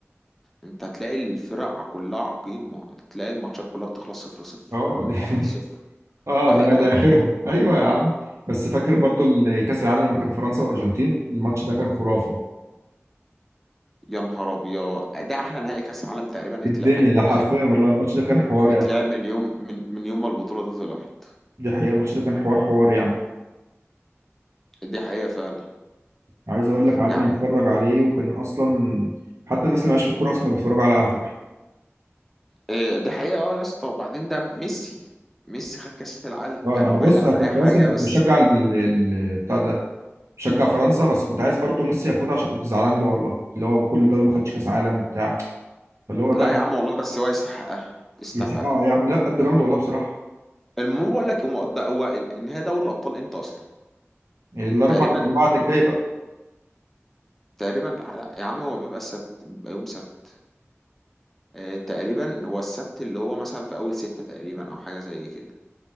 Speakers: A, in the centre; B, on the right (about 75°).
A: انت هتلاقي الفرق كلها عقيمة تلاقي الماتشات كلها بتخلص صفر صفر
B: اه دي <laughs>
A: واحد صفر
B: اه
A: واحد
B: ده ده
A: واحد
B: اخرهم ايوه يا عم بس فاكر برضو ال- كاس العالم لما كان فرنسا والارجنتين الماتش ده كان خرافه
A: يا نهار ابيض ده احلى نهائي كاس عالم تقريبا اتلعب
B: الدنيا ده حرفيا والله الماتش ده كان حوار
A: اتلعب
B: يعني
A: من يوم من من يوم ما البطولة دي طلعت
B: دي حقيقه الماتش ده كان حوار حوار يعني
A: دي حقيقة فعلا
B: عايز اقول لك قعدنا
A: يا
B: نتفرج عليه وكان اصلا حتى الناس اللي مالهاش في الكوره اصلا كانوا بيتفرجوا عليه على فكره
A: إيه، ده حقيقة اه يا اسطى وبعدين ده ميسي ميسي خد كأس العالم
B: اه
A: يعني
B: انا أنا
A: هو
B: بص
A: بعيدا عن
B: انا كنت
A: أي حاجة
B: اصلا كنت
A: بس
B: بشجع ال... ال... بتاع ده بشجع فرنسا بس كنت عايز برضو ميسي ياخدها عشان كنت زعلان له والله اللي هو كل ده ما خدش كاس عالم وبتاع فاللي هو
A: لا
B: بقى
A: يا عم والله بس هو يستحقها يستحقها
B: يستحقها يا عم لا قد جامد والله بصراحه
A: المهم بقول لك هو ده هو إن- النهاية دوري الأبطال إمتى أصلا؟
B: الاربع
A: تقريبا
B: اللي بعد الجاي بقى
A: تقريبا لا يا عم هو بيبقى السبت بيبقى يوم سبت آه، تقريبا هو السبت اللي هو مثلا في أول ستة تقريبا أو حاجة زي كده